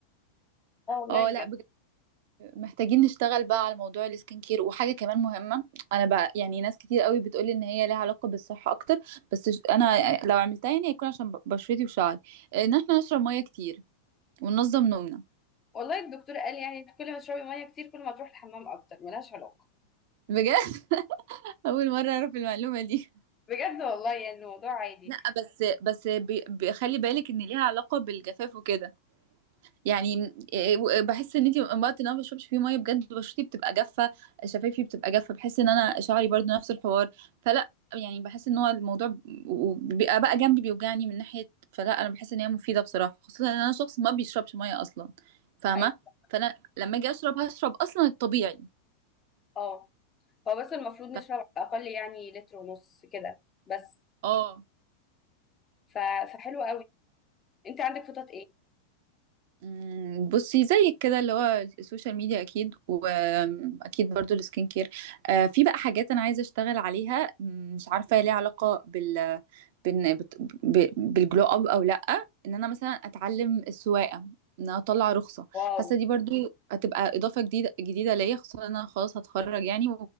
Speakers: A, on the left; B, on the right.
A: اه والله
B: اه
A: بجد
B: لا بجد محتاجين نشتغل بقى على موضوع السكين كير وحاجه كمان مهمه انا بقى يعني ناس كتير قوي بتقولي ان هي لها علاقه بالصحه اكتر بس ش- انا لو عملتها يعني هيكون عشان ب- بشرتي وشعري آه، ان احنا نشرب ميه كتير وننظم نومنا
A: والله الدكتور قال يعني كل ما تشربي ميه كتير كل ما تروح الحمام اكتر ملهاش علاقه
B: بجد <laughs> اول مره اعرف المعلومه دي
A: بجد والله يعني الموضوع عادي
B: لا بس بس بي- بي- خلي بالك ان ليها علاقه بالجفاف وكده يعني إيه، بحس ان انت وقت ان انا ما بشربش فيه ميه بجد بشرتي بتبقى جافه شفايفي بتبقى جافه بحس ان انا شعري برضو نفس الحوار فلا يعني بحس ان هو الموضوع بيبقى بقى جنبي بيوجعني من ناحيه فلا انا بحس ان هي مفيده بصراحه خصوصا ان انا شخص ما بيشربش ميه اصلا فاهمه
A: ايوه
B: فانا لما اجي اشرب هشرب اصلا الطبيعي
A: اه هو بس المفروض نشرب
B: ف...
A: اقل يعني لتر ونص كده بس
B: اه
A: ف... فحلو قوي انت عندك خطط ايه
B: مم، بصي زيك كده اللي هو السوشيال ميديا اكيد واكيد برضو السكين كير آه، في بقى حاجات انا عايزه اشتغل عليها مم، مش عارفه هي ليها علاقه بال بال- بت- ب- بالجلو اب او لا ان انا مثلا اتعلم السواقه ان انا اطلع رخصه
A: واو
B: حاسه دي برضو هتبقى اضافه جديده جديده ليا خصوصا ان انا خلاص هتخرج يعني